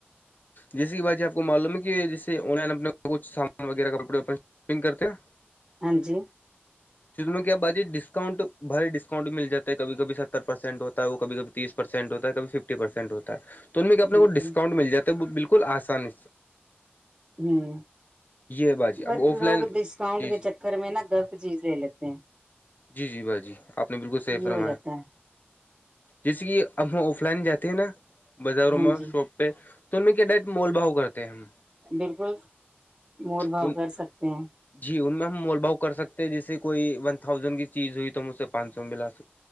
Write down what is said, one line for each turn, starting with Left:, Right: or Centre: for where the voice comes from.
Left: جیسے کہ بات جی آپ کو معلوم ہے کہ جیسے آن لائن اپنے کچھ سامان وغیرہ ک <unintelligible>
Right: ہاں جی
Left: اس میں کیا بای ڈسکاؤنٹ باری ڈسکاؤنٹ مل جا ہے کبھی کب ستر پرسینٹ ہوتا وہ کب کبھییس پرسین ہو ہے کبھی ففٹی پرسینٹ ہوتا ہے تو ان میں کہ اپنا
Right: بالکل
Left: کو ڈسکانٹ مل جاتا تو بالکل آسانی
Right: ہوں
Left: یہ ہے باجی
Right: بس
Left: اب آف
Right: لوگ
Left: لائن
Right: ڈسکاؤنٹ
Left: جی
Right: کے
Left: جی
Right: چکر میں نا غلط چیز لے لیتے ہیں
Left: جی جی بھائی جی آپ نے بالکل سیف
Right: یہ
Left: رمایا
Right: ہو جاتا ہے
Left: جیسے کہ ہمب ہم آف لائن جاتے ہیں نا بازاروں
Right: ہاں
Left: میں
Right: جی
Left: شاپ پہ تو ان میں کیا ڈائ مول بھؤ کرتے ہیں ہم
Right: بالکل مور بھاؤ
Left: ان
Right: کر سکتے ہیں
Left: جی ان میں ہم مول بھؤ کر سکتے ہیں جیسے کوئی ون تھاؤزینڈ کی چیز ہوئی تو ہم اس سے پانچ سو میں ملا سک